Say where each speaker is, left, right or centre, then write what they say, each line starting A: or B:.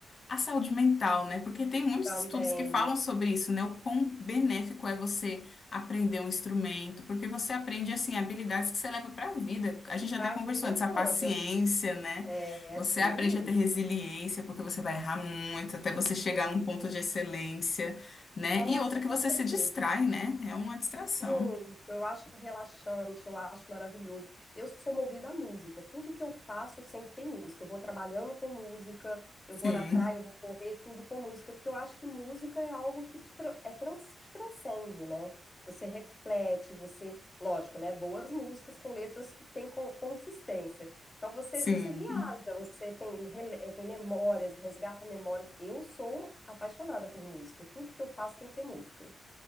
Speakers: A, on the left (about 40°); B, on the left (about 20°).
A: a saúde mental, né? Porque tem muitos
B: Também,
A: estudos que falam sobre isso, né? O quão benéfico é você aprender um instrumento, porque você aprende assim habilidades que você leva para a vida. A gente até
B: para
A: conversou
B: a vida
A: antes,
B: toda.
A: a paciência, né?
B: É
A: Você
B: assim,
A: aprende a ter resiliência, porque você vai errar muito até você chegar
B: muito.
A: num ponto de excelência, né?
B: Nossa,
A: E outra que
B: com
A: você
B: certeza.
A: se distrai, né? É uma distração.
B: Muito, eu acho relaxante, eu acho maravilhoso. Eu sou movida à música, tudo que eu faço sempre tem música. Eu vou trabalhando com música, eu
A: Sim,
B: vou na praia, eu vou correr, tudo com música, porque eu acho que música é algo que te, tra- é trans, te transcende, né? Você reflete, você, lógico, né? Boas músicas com letras que têm con- consistência. Então você,
A: sim.
B: você viaja, você tem, rele- eh, tem memórias, resgata memórias. Eu sou apaixonada por música, tudo que eu faço tem que ter música.